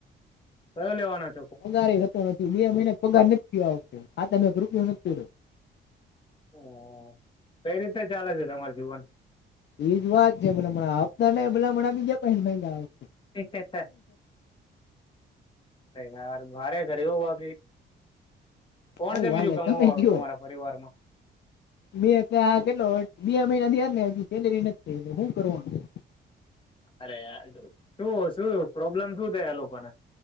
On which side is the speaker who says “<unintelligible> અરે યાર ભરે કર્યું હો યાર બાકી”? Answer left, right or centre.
Left